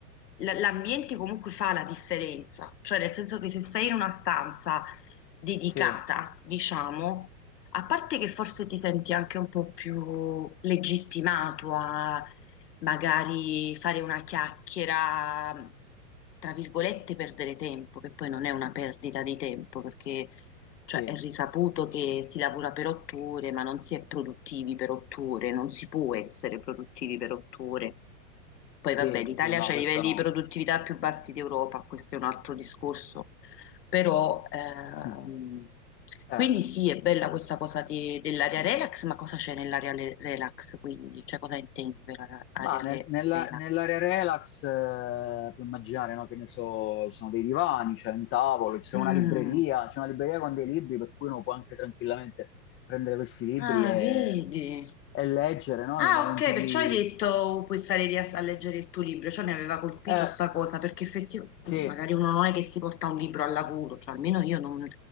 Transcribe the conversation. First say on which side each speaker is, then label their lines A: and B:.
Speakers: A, on the left; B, on the left.
A: l- l'ambiente comunque fa la differenza, cioè nel senso che se sei in una stanza dedicata,
B: Sì,
A: diciamo, a parte che forse ti senti anche un po' più legittimato a magari fare una chiacchiera, tra virgolette, perdere tempo, che poi non è una perdita di tempo, perché cioè,
B: sì,
A: è risaputo che si lavora per otto ore, ma non si è produttivi per otto ore, non si può essere produttivi per otto ore. Poi
B: sì,
A: vabbè, l'Italia
B: sì, no,
A: ha
B: questo
A: i livelli
B: no.
A: di produttività più bassi d'Europa, questo è un altro discorso. Però, ehm,
B: Mm. Eh.
A: quindi sì, è bella questa cosa di- dell'area relax, ma cosa c'è nell'area le- relax quindi? Cioè cosa intendi per ara- area
B: Ma nel-
A: le-
B: nella-
A: relax?
B: nell'area relax eh, puoi immaginare, no, Che ne so, ci sono dei divani, c'è un tavolo, c'è
A: Mm.
B: una libreria, c'è una libreria con dei libri per cui uno può anche tranquillamente prendere questi libri
A: Ah,
B: e,
A: vedi.
B: e leggere, no?
A: Ah,
B: Nei momenti
A: ok, perciò
B: di...
A: hai detto puoi stare lì a, a leggere il tuo libro, cioè mi aveva colpito
B: Eh,
A: sta cosa, perché effettivamente
B: sì,
A: magari uno non è che si porta un libro al lavoro, cioè almeno io non,